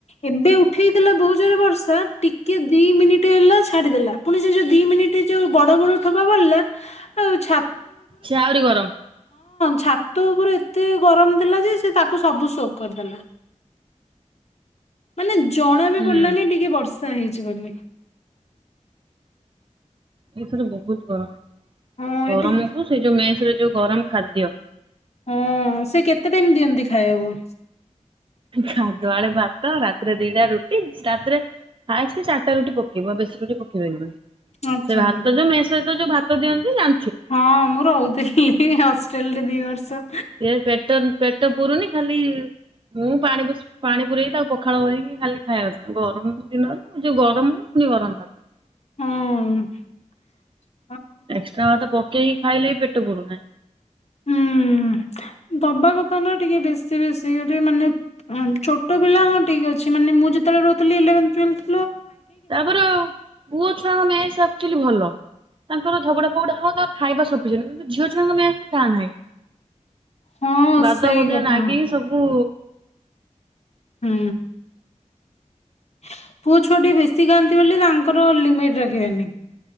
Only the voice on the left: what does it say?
ଏବେ ଉ ଉଠେଇଥିଲା ବହୁ ଜରେ ବର୍ଷା ଟି କିଏ ଦି ମିନିଟ୍ ହେଲା ଛାଡିଦେଲା। ପୁଣି ସେ ଯୋଉ ଦି ମିନିଟ୍ ଯୋଉ ବଡ ବଡ ଠୋପା ପଡିଲା ଆଉ ଛା
ଛାତ ଉପରେ ଏତେ ଗରମ ଥିଲା ଯେ ସେ ତାକୁ ସବୁ ଶୋକ୍ କରିଦେଲା। ମାନେ ଜଣା ବି
ପଡିଲାନି ଟିକେ ବର୍ଷା ହେଇଛି ବୋଲି।
ହଁ
ଏଠି
ହଁ ସେ କେତେ ଟାଇମ୍ ଦିଅନ୍ତି ଖାଇବାକୁ।
ଆଚ୍ଛା
ଆଚ୍ଛା।
ହଁ ମୁଁ ରହୁଥିଲି ହଷ୍ଟେଲ୍ ରେ ଦି ବର୍ଷ।
ହୁଁ। <inaudible>
ହୁଁ ଦବା କଥା ନା ଟିକେ ବେଶୀ ବେଶୀ ମାନେ ଛୋଟ ପିଲା ହଁ ଠିକ୍ ଅଛି। ମାନେ ମୁଁ ଯେତେବେଳେ ରହୁଥିଲି ଇଲେଭେନ୍ ଟୁଏଲ୍ ଥେ
ହଁ
ସେଇ
କଥା
ହୁଁ <inaudible> ପୁଅ ଛୁଆ ବେଶୀ ଖାଆନ୍ତି ବୋଲି ତାଙ୍କର ଲିମିଟ୍ ରଖିବେନି।